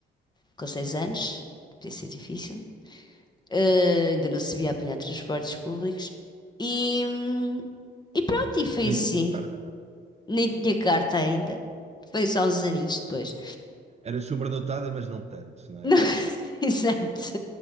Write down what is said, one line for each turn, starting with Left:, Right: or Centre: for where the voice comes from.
Left: Com seis anos, devia ser difícil. Ah, ainda não sabia apanhar transportes públicos. E, hum, e pronto, e foi
Right: Nem
Left: assim.
Right: tinhas carta.
Left: Nem tinha carta ainda. Foi só uns aninhos depois.
Right: Eras sobredotada, mas não tanto, não
Left: Não,
Right: é? Quer dizer,
Left: <laughs> exato.